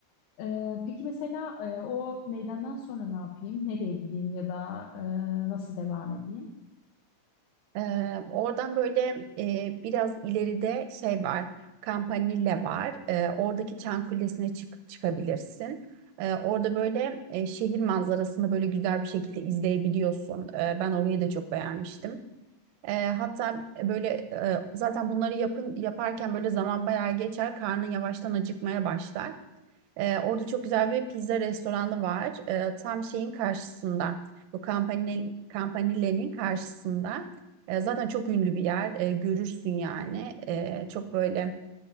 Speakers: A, on the left (about 80°); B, on the right (about 75°).
A: E, peki mesela e, o meydandan sonra ne yapayım? Nereye gideyim ya da e, nasıl devam edeyim?
B: Ee, oradan böyle e, biraz ileride şey var, Campanile var. Ee, oradaki Çan Kulesi'ne çık çıkabilirsin. Ee, orada böyle e, şehir manzarasını böyle güzel bir şekilde izleyebiliyorsun. Ee, ben orayı da çok beğenmiştim. E, hatta e, böyle e, zaten bunları yapın yaparken böyle zaman bayağı geçer. Karnın yavaştan acıkmaya başlar. E, orada çok güzel bir pizza restoranı var. E, tam şeyin karşısında. Bu Campanile, Campanile'nin karşısında. E, zaten çok ünlü bir yer. E, görürsün yani. E, çok böyle